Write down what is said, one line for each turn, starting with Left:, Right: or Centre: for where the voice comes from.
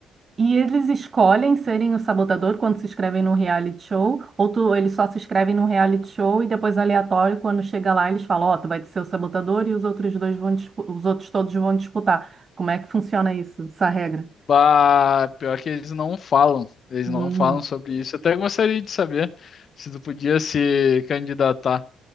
Right: E eles escolhem serem o sabotador quando se inscrevem no reality show? Ou tu, eles só se inscrevem no reality show e depois aleatório, quando chega lá, eles falam, ó, tu vai ser o sabotador e os outros dois vão, dispu- os outros todos vão disputar. Como é que funciona isso, essa regra?
Left: Bah, pior que eles não falam. Eles
Right: Hum.
Left: não falam sobre isso. Eu até gostaria de saber se tu podia se candidatar.